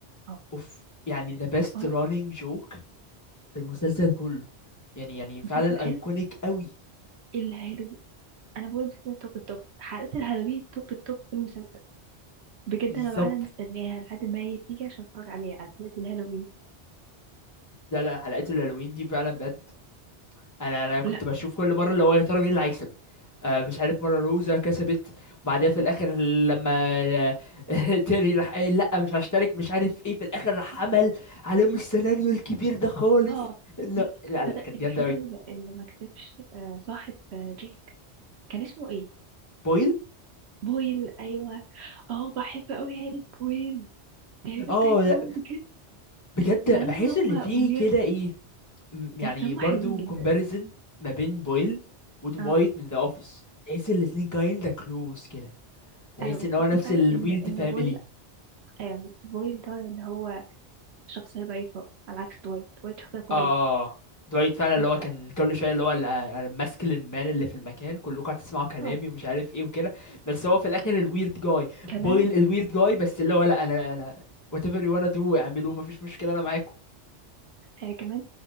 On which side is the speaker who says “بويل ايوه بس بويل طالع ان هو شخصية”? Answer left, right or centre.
Right